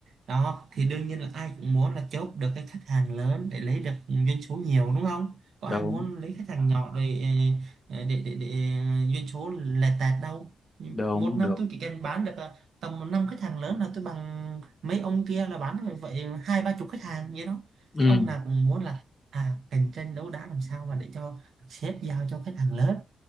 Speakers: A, on the right; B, on the left.
A: đó thì đương nhiên là ai cũng muốn là chốt được cái khách hàng lớn để lấy được doanh số nhiều đúng không có
B: đúng
A: ai muốn lấy khách hàng nhỏ để ờ, ờ, để để, để ờ, doanh số lẹt tẹt đâu
B: đúng
A: một năm
B: đúng
A: tôi chỉ cần bán được ờ, tầm năm khách hàng lớn là tôi bằng mấy ông kia là bán vậy hai ba chục khách hàng vậy đó
B: ừ
A: thì ông nào cũng muốn là à, cạnh tranh đấu đá làm sao mà để cho sếp giao cho khách hàng lớn